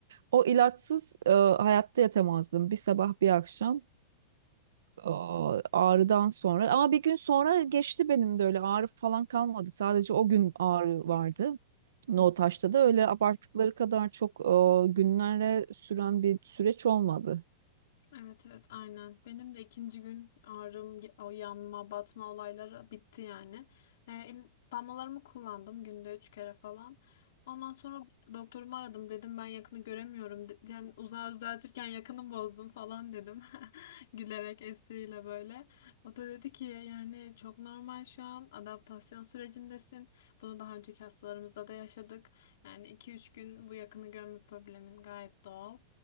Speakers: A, on the right; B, on the left.
A: O ilaçsız e, hayatta yatamazdım. Bir sabah bir akşam Aa, ağrıdan sonra. Ama bir gün sonra geçti benim de öyle ağrı falan kalmadı. Sadece o gün ağrı vardı. No
B: Hı.
A: taşta da öyle abarttıkları kadar çok e, günlere süren bir süreç olmadı.
B: Evet evet aynen. Benim de ikinci gün ağrım, o yanma, batma olayları bitti yani. E, il- damlalarımı kullandım günde üç kere falan. Ondan sonra doktorumu aradım dedim ben yakını göremiyorum. De- Yani uzağı düzeltirken yakını bozdum falan dedim. <laughs> Gülerek espriyle böyle. O da dedi ki yani çok normal şu an adaptasyon sürecindesin. Bunu daha önceki hastalarımızda da yaşadık. Yani iki üç gün bu yakını görme problemin gayet doğal.